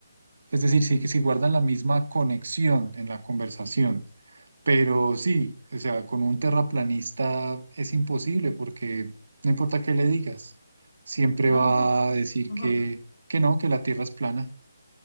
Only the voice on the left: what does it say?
No,
no importa,
no importa.